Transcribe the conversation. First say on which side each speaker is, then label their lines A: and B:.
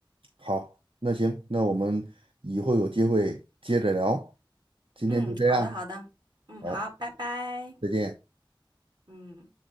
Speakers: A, on the right; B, on the right.
A: 好，那行，那我们以后有机会接着聊，今天就这样，
B: 嗯，好的好的，嗯好，
A: 好，
B: 拜拜，
A: 再见。
B: 嗯。